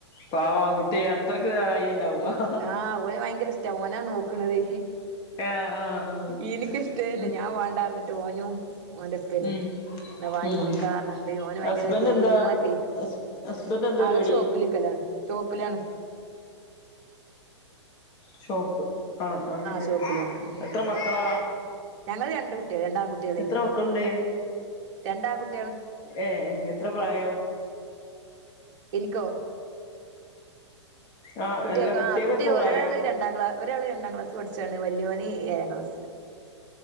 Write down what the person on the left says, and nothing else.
പാവാ കുട്ടി അത്രക്ക് <unintelligible> ണ്ടാവും അഹ്
ആഹ് ആഹ് ആഹ്
ഉം
ഉം
ഉം
ഹസ്ബൻഡ്
എന്താ
ഹസ് ഹസ്ബൻഡ് എന്താ
പരിപാടി
ഷോപ്പ് ആ ആഹ് ശരി.
എത്ര മക്കളാ?
എത്ര മക്കളുണ്ട്
ഏഹ് എ എത്ര പ്രായം?
ആഹ്
എല്ലാ കുട്ടികൾക്ക്
എത്ര
പ്രായം